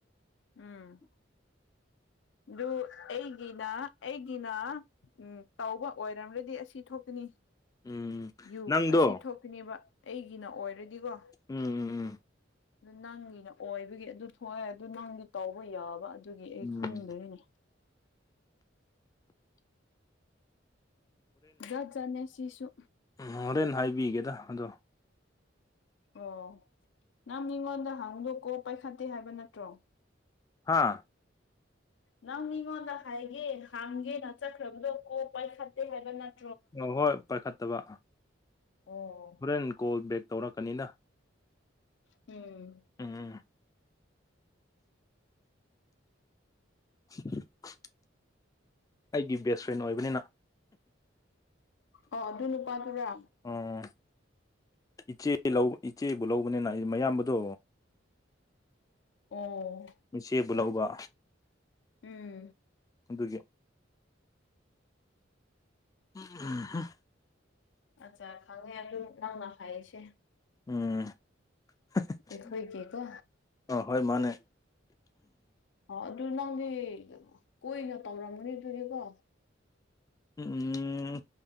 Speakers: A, on the left; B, on the left.
A: ꯎꯝ ꯗꯨ ꯑꯩꯒꯤꯅꯥ ꯑꯩꯒꯤꯅꯥ ꯎꯝ ꯇꯧꯕ ꯑꯣꯏ꯭ꯔꯝꯔꯗꯤ ꯑꯁꯤ ꯊꯣꯛꯀꯅꯤ
B: ꯎꯝ
A: ꯌꯨ
B: ꯅꯪꯗꯣ
A: ꯑꯁꯤ ꯊꯣꯛꯈꯤꯅꯦꯕ ꯑꯩꯒꯤꯅ ꯑꯣꯏꯔꯗꯤꯀꯣ
B: ꯎꯝ ꯎꯝ ꯎꯝ
A: ꯅꯪꯒꯤꯅ ꯑꯣꯏꯕꯒꯤ ꯑꯗꯨ ꯊꯣꯛꯑꯦ ꯑꯗꯨ ꯅꯪꯗꯤ ꯇꯧꯕ ꯌꯥꯕ ꯑꯗꯨꯒꯤ ꯑꯩ
B: ꯎꯝ
A: ꯈꯪꯗꯦꯅꯦ ꯖꯠꯖꯥꯠꯅꯦ ꯁꯤꯁꯨ
B: ꯎꯝ ꯍꯣꯔꯦꯟ ꯍꯥꯏꯕꯤꯒꯦꯗ ꯑꯗꯣ
A: ꯑꯣ ꯅꯪ ꯃꯤꯉꯣꯟꯗ ꯍꯥꯡꯗꯣꯛꯀꯣ ꯄꯥꯏꯈꯠꯇꯦ ꯍꯥꯏꯕ ꯅꯠꯇ꯭ꯔꯣ
B: ꯍꯥꯥ
A: ꯅꯪ ꯃꯤꯉꯣꯟꯗ ꯍꯥꯏꯒꯦ ꯍꯥꯡꯒꯦꯅ ꯆꯠꯈ꯭ꯔꯕꯗꯣ ꯀꯣ ꯄꯥꯏꯈꯠꯇꯦ ꯍꯥꯏꯕ ꯅꯠ
B: ꯑꯣ ꯍꯣꯏ ꯄꯥꯏꯈꯠꯇꯕ
A: ꯑꯣ
B: ꯍꯣꯔꯦꯟ ꯀꯣꯜ ꯕꯦꯛ ꯇꯧꯔꯛꯀꯅꯤꯅ
A: ꯎꯝ
B: ꯎꯝ ꯎꯝ <unintelligible> ꯑꯩꯒꯤ ꯕꯦꯁ ꯐ꯭ꯔꯦꯟ ꯑꯣꯏꯕꯅꯤꯅ
A: ꯑꯣ ꯑꯗꯨ ꯅꯨꯄꯥꯗꯨꯔꯥ
B: ꯑꯣ ꯏꯆꯦ ꯂꯧ ꯏꯆꯦꯕꯨ ꯂꯧꯕꯅꯤꯅ ꯑꯩ ꯃꯌꯥꯝꯕꯗꯣ
A: ꯑꯣ
B: ꯏꯆꯦꯕꯨ ꯂꯧꯕ
A: ꯎꯝ
B: ꯑꯗꯨꯒꯤ ꯑꯥꯍꯥ <unintelligible>
A: ꯑꯠꯆꯥ ꯈꯪꯉꯦ ꯑꯗꯨꯝ ꯅꯪꯅ ꯍꯥꯏꯔꯤꯁꯦ
B: ꯎꯝ <unintelligible>
A: ꯑꯩꯈꯣꯏꯒꯤꯀꯣ
B: ꯍꯣꯏ ꯃꯥꯟꯅꯦ
A: ꯑꯣ ꯑꯗꯨ ꯅꯪꯗꯤ ꯀꯣꯏꯅ ꯇꯧꯔꯝꯒꯅꯤ ꯑꯗꯨꯗꯤꯀꯣ
B: ꯎꯝ